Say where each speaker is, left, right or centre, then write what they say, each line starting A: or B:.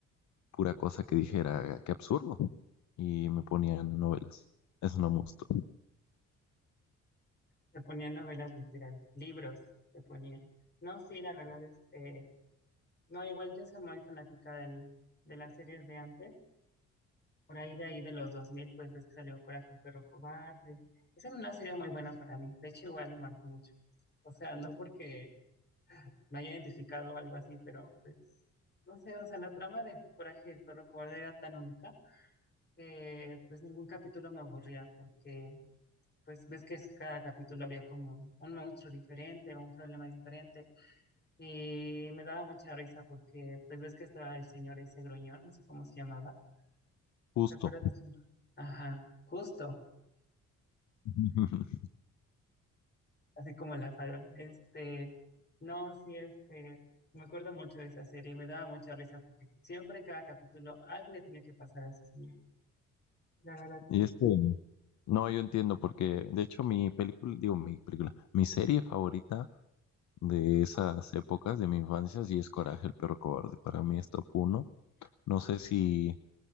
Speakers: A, on the left; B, on the left.
A: pura cosa que dijera, qué absurdo, y me ponían novelas. Eso no me gustó.
B: Te ponían novelas literarias, libros te ponían. No, sí, la verdad, este, no, igual yo soy muy fanática del, de las series de antes, por ahí de ahí de los dos mil pues ves que salió Coraje el perro cobarde. Esa era una serie muy buena para mí, de hecho igual me marcó mucho. O sea, no porque me haya identificado o algo así, pero pues, no sé, o sea, la trama de Coraje el perro cobarde era tan única que pues ningún capítulo me aburría porque pues ves que cada capítulo había como un un monstruo diferente o un problema diferente y me daba mucha risa porque pues ves que estaba el señor ese gruñón, no sé cómo se llamaba,
A: Justo.
B: ¿te acuerdas de su? Ajá, justo,
A: <laughs>
B: así como la falda. Este, no, sí, este, me acuerdo mucho de esa serie, me daba mucha risa porque siempre cada capítulo algo le tenía que pasar a ese señor. La verdad, sí.
A: Y este, no, yo entiendo, porque de hecho mi película, digo mi película, mi serie favorita de esas épocas de mi infancia sí es Coraje, el perro cobarde. Para mí es top uno. No sé si,